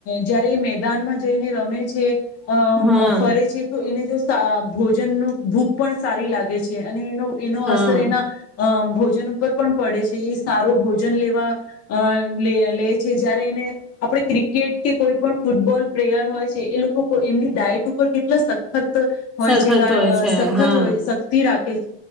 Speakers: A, on the left; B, in the centre.
A: જયારે એ મેદાનમાં જઈને રમે છે,
B: હા
A: અ ફરે છે તો એને જો સા ભોજનનો ભૂખ પણ સારી લાગે છે અને એનો એનો
B: હા
A: અસર એના અમ ભોજન ઉપર પણ પડે છે એ સારો ભોજ જન લેવા અ લે લે છે જ્યારે ને આપડે ક્રિકેટથી કોઈ પણ ફૂટબોલ પ્રેયર હોય છે એ લોકો તો એમની ડાયટ ઉપર કેટલા સખત તો હોય
B: સખત
A: છે કા
B: હોય
A: કારણ
B: છે
A: સખત
B: હા
A: હોય સક્તિ રાખે છે.